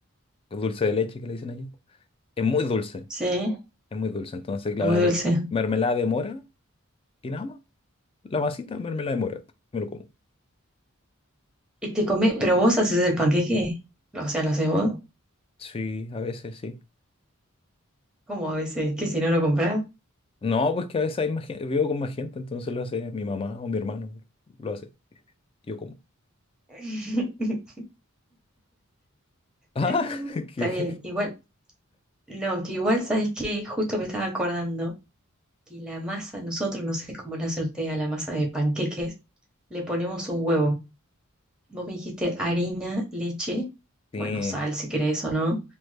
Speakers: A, on the left; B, in the centre.
A: el dulce de leche que le dicen allá, es muy dulce.
B: Sí,
A: Es muy dulce. Entonces, claro,
B: es muy
A: la
B: dulce.
A: mer- mermelada de mora y nada más. La masita de mermelada de mora. Me lo como.
B: Y te comés, pero vos haces el panqueque. O sea, lo haces vos.
A: Sí, a veces sí.
B: como a veces? ¿Que si no lo comprás?
A: No, pues que a veces hay más gen- vivo con más gente, entonces lo hace mi mamá o mi hermano. Lo hace. Yo como. <laughs>
B: <laughs>
A: Ah,
B: Está
A: ¿qué?
B: bien, igual. No, que igual sabes que justo me estaba acordando que la masa, nosotros, no sé cómo la hacen ustedes a la masa de panqueques, le ponemos un huevo. Vos me dijiste harina, leche,
A: Sí.
B: bueno, sal si querés o no,